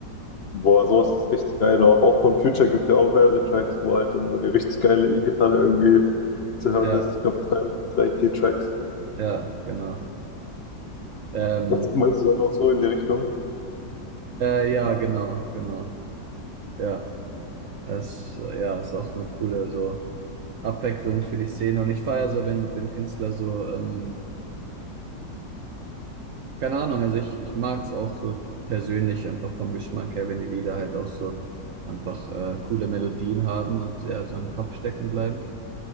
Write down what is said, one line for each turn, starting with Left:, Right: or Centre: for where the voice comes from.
Left: Boah, sowas ist richtig geil. Auch, auch von Future gibt es ja auch mehrere Tracks, wo halt dann so eine richtig geile E-Gitarre irgendwie zu hören
Right: Ja,
Left: ist. Ich glaube, drei, drei, vier Tracks.
Right: ja, genau. Ähm,
Left: Was meinst du dann auch so in die Richtung?
Right: äh, ja, genau, genau. Ja, es, ja, ist auch eine coole so Abwechslung für die Szene und ich feiere so, wenn, wenn Künstler so ähm, Keine Ahnung, also ich, ich mag es auch so persönlich einfach vom Geschmack her, wenn die Lieder halt auch so einfach äh, coole Melodien haben und ja, so im Kopf stecken bleiben.